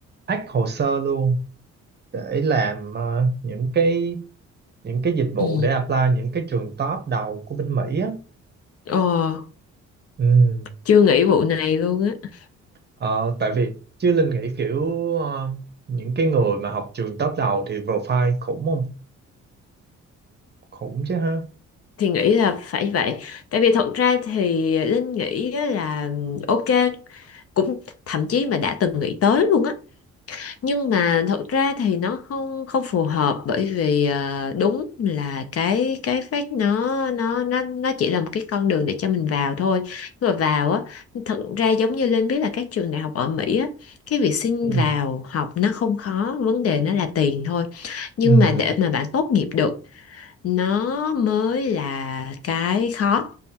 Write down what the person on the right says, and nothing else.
hack hồ sơ luôn để làm ờ, những cái những cái dịch vụ
để apply những cái trường top đầu của bên Mỹ á
ừ.
Ờ, tại vì chứ Linh nghĩ kiểu ờ, những cái người mà học trường top đầu thì profile khủng không? Khủng chứ ha.
Ừ,
ừ,